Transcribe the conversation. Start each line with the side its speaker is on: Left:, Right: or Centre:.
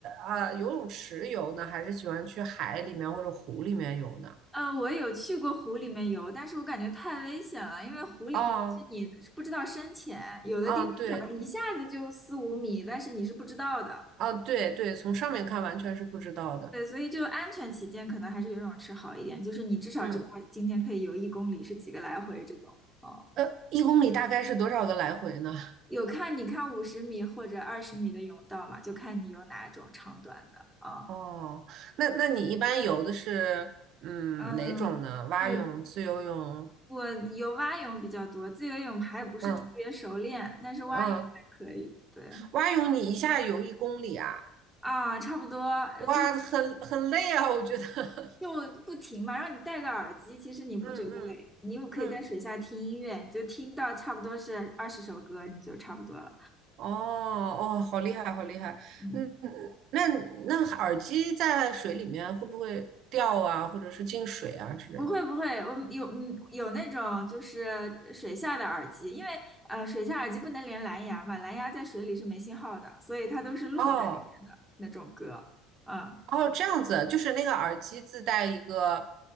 Right: 啊游泳池游呢，还是喜欢去海里面或者湖里面游呢？
Centre: 呃，我有去过湖里面游，但是我感觉太危险了，因为湖里面是你不知道深浅，
Right: 啊
Centre: 有的地方可能一下子就四五米，
Right: 啊，对
Centre: 但是你是不知道的。
Right: 啊对对，从上面看完全是不知道的。
Centre: 对，所以就安全起见，可能还是游泳池好一点，就是你至少知道今天可以游一公里是几个来回这种。
Right: 嗯，
Centre: 哦，
Right: 呃，一公里大概是多少个来回呢？
Centre: 有看你看五十米或者二十米的泳道嘛，就看你游哪种长短的啊。
Right: 哦，那那你一般游的是嗯哪种呢？
Centre: 嗯，
Right: 蛙泳、
Centre: 我
Right: 自由泳？
Centre: 我游蛙泳比较多，自由泳还不是特别熟练，
Right: 嗯
Centre: 但是蛙泳还可以。
Right: 嗯，
Centre: 对。
Right: 蛙泳你一下游一公里啊？
Centre: 啊，差不多，呃，
Right: 哇，
Centre: 就
Right: 很很累啊，我觉得。<laughs>
Centre: 就不停嘛，然后你戴个耳机，其实你不觉得累，
Right: 嗯嗯嗯，
Centre: 你又可以在水下听音乐，你就听到差不多是二十首歌，你就差不多了。
Right: 哦哦，好厉害，好厉害。
Centre: 嗯，
Right: 嗯，嗯那那耳机在水里面会不会掉啊，或者是进水啊之类的？
Centre: 不会不会，我有嗯有那种就是水下的耳机，因为呃水下耳机不能连蓝牙嘛，蓝牙在水里是没信号的，所以它都是录在里面的那种歌。
Right: 哦
Centre: 嗯，
Right: 哦，这样子，就是那个耳机自带一个